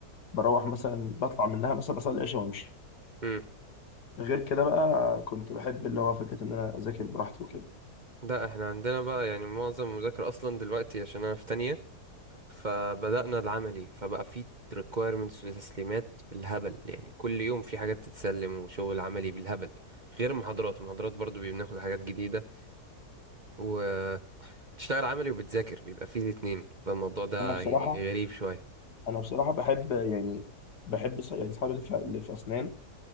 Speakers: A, on the left (about 85°); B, on the right (about 40°).
A: بروح مثلا بطلع منها مثلا أصلي العشاء وأمشي
B: امم
A: غير كده بقى كنت بحب اللي هو فكرة إن أنا أذاكر براحتي وكده
B: لا احنا عندنا بقى يعني معظم المذاكرة أصلا دلوقتي عشان أنا في تانية فبدأنا العملي فبقى في requirements وتسليمات بالهبل يعني كل يوم في حاجات تتسلم وشغل عملي بالهبل غير المحاضرات المحاضرات برضو بناخد حاجات جديدة وتشتغل عملي وبتذاكر بيبقى فيه الاتنين فالموضوع ده
A: أنا بصراحة
B: يعني غريب شوية
A: أنا بصراحة بحب يعني بحب ص- يعني أصحابي اللي في اللي في أسنان